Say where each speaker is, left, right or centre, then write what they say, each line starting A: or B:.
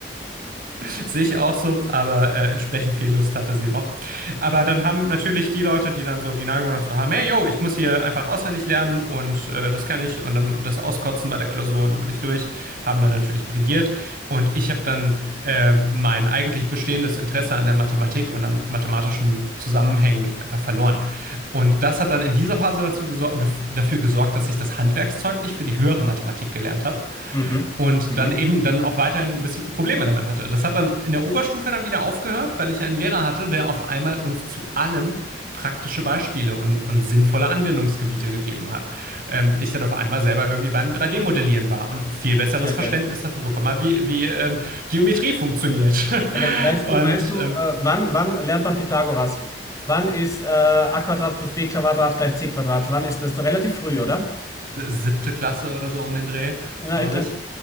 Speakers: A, on the right (about 55°); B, on the left (about 20°).
A: <laughs> Sehe ich auch so, aber äh, entsprechend viel Lust hatte sie noch. Aber
B: Mhm.
A: dann haben natürlich die Leute, die dann so die Neigung dazu haben, hey, yo, ich muss hier einfach auswendig lernen und äh, das kann ich und dann das auskotzen bei der Klausur und dann bin ich durch, haben dann natürlich brilliert und ich habe dann äh, mein eigentlich bestehendes Interesse an der Mathematik und an mathematischen Zusammenhängen einfach verloren. Und das hat dann in dieser Phase dazu gesor- gef- dafür gesorgt, dass ich das Handwerkszeug nicht für die höhere Mathematik gelernt habe.
B: Mhm.
A: Und
B: Mhm.
A: dann eben dann auch weiterhin ein bisschen Probleme damit hatte. Das hat dann in der Oberstufe dann wieder aufgehört, weil ich einen Lehrer hatte, der auf einmal uns zu allem praktische Beispiele und, und sinnvolle Anwendungsgebiete gegeben hat. Ähm, ich dann auf einmal selber irgendwie beim 3D-Modellieren war und ein viel besseres
B: Sehr
A: Verständnis
B: geil.
A: dafür bekommen hat, wie, wie ähm, Geometrie funktioniert.
B: Sehr geil.
A: <laughs>
B: Weißt
A: und
B: du, weißt du,
A: ähm,
B: äh, wann, wann lernt man Pythagoras? Wann ist äh, a Quadrat plus b Quadrat gleich c Quadrat? Wann ist das? Relativ früh, oder?
A: siebte Klasse oder so um den Dreh,
B: Na,
A: glaube
B: ich glaube,
A: ich.